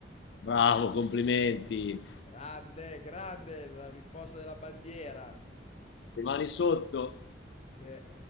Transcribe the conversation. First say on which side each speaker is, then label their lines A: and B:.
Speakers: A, on the left; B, on the left.
A: Bravo, complimenti.
B: Grande, grande la risposta della bandiera.
A: Le mani sotto.
B: Sì.